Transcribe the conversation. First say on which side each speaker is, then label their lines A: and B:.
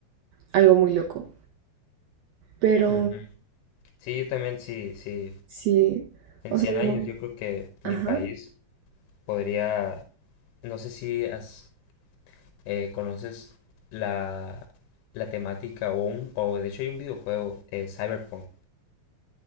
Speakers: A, on the right (about 80°); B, on the left (about 80°).
A: algo muy loco. Pero
B: Ujú. Sí, yo también, sí, sí.
A: sí,
B: En
A: o
B: 100
A: sea,
B: años
A: no.
B: yo creo que mi
A: Ajá,
B: país podría, no sé si has- eh, conoces la, la temática o un, o de hecho hay un videojuego, eh, Cyberpunk.